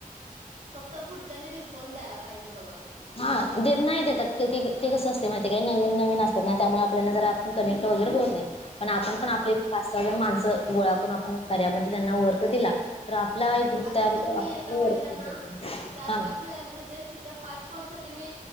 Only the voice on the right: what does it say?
फक्त पुढच्यानी रिस्पॉन्स द्यायलां पाहिजे बघा.
हम्म.
आता
तर मी
एका
बाईला
ना
चार,
पाच वेळाला म्हणजे पाच कॉल साठी मी